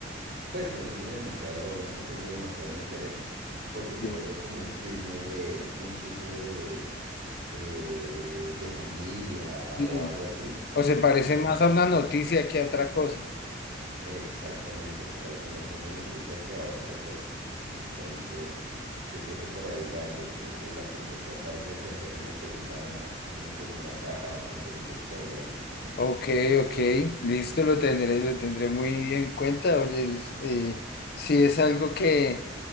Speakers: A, on the right (about 65°); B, on the left (about 55°).
A: pues no tiene demasiado, no tiene demasiado interés, porque se
B: Sí.
A: vuelve como un chisme de, un chisme de, eh, de familia
B: Sí.
A: o algo así,
B: ¿O se parece
A: que,
B: más a una noticia que a otra cosa?
A: Exactamente, se parece más a una noticia que a otra cosa. Entonces, yo creo que por ahí va el, el- el asunto, tratar de tejer una segunda, una segunda capa, una segunda historia ahí.
B: Ok, ok, listo, lo tendré, lo tendré muy en cuenta. Oye, es, eh, sí es algo que,